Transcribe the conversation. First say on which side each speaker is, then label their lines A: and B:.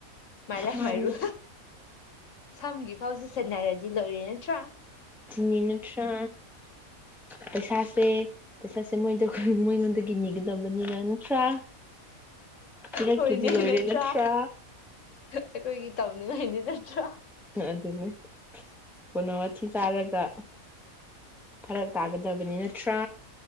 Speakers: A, on the left; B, in the centre.
A: ꯃꯥꯏꯂꯥ
B: ꯃꯥꯅꯤ
A: ꯃꯔꯨ ꯁꯝꯒꯤ ꯐꯥꯎꯁꯦ ꯁꯦꯟꯅꯔꯗꯤ ꯂꯣꯏꯔꯦꯅ ꯆ
B: ꯅꯤ ꯅꯠꯇ꯭ꯔꯥ ꯄꯩꯁꯥꯁꯦ ꯄꯩꯁꯥꯁꯦ ꯃꯣꯏꯉꯣꯟꯗꯅꯤ ꯀꯗꯕꯅꯤ ꯂꯅ ꯭ꯔꯥ ꯀꯔ
A: ꯍꯣꯏꯅꯦ
B: ꯀꯦꯖꯤ ꯂꯣꯏꯔꯤ
A: ꯅꯠꯇ꯭ꯔꯥ
B: ꯂꯆ꯭ꯔꯥ
A: ꯑꯩꯈꯣꯏꯒꯤ ꯇꯧꯅꯉꯥꯏꯅꯦ ꯅꯠꯇ꯭ꯔꯥ
B: ꯑꯗꯨꯅꯤ ꯀꯅꯣ ꯋꯥꯊꯤ ꯆꯥꯔꯒ ꯐꯔꯛ ꯇꯥꯒꯗꯕꯅꯤ ꯅꯠꯇ꯭ꯔꯥ